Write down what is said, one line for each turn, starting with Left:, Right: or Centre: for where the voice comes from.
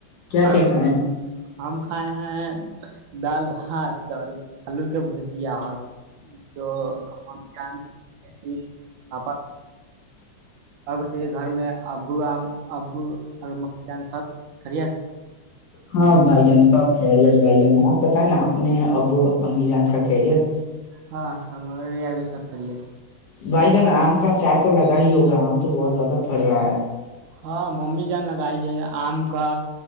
Left: کیا
Right: ہم
Left: کیا کھائے ہیں
Right: ہم کھائے ہیں دال بھاہ ہاں آلو کے بوجیا اور جو ہم جانپس <inaudible> اور بتایے گھر میں ا بوا ابو اور ممی جان سب خریت
Left: ہاں بھائی جان سب خیریت بھائی جان آپ بتیں نا اپنے ابو امی جان کا خیریت
Right: ہاں ہمارے یہاں بھی سب خیریت
Left: بھائی جان آم کا ا چار تو لگا ہی ہوگا آم تو بہت زیادہ پڑ رہا ہے
Right: ہاں ممی جان لگائی ہے آم کا